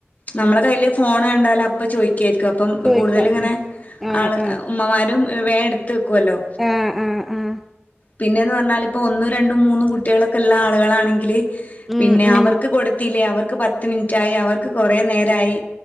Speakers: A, on the left; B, in the centre.
A: നമ്മളെ കയ്യിൽ ഫോൺ കണ്ടാലും അപ്പ ചോയ്ക്കും ആയിരിക്കും അപ്പം
B: ചോയിക്കാം
A: കൂടുതലിങ്ങനെ
B: ഉം ആഹ്
A: ആൾ
B: ആഹ്
A: ഉമ്മമാരും വേഡ് ക്കുവല്ലോ
B: ആഹ് ആഹ് ആഹ്
A: പിന്നെയന്ന് പറഞ്ഞാൽ ഇപ്പോൾ ഒന്നും രണ്ടും മൂന്നും കുട്ടികളൊക്കെ ഉള്ള ആളുകളാണെങ്കില്
B: ഉം
A: പിന്നെ
B: ഉം
A: അവർക്ക് കൊടുത്തില്ലേ അവർക്ക് പത്ത് മിനിറ്റ ആായി അവർക്ക് കുറേ നേരമായി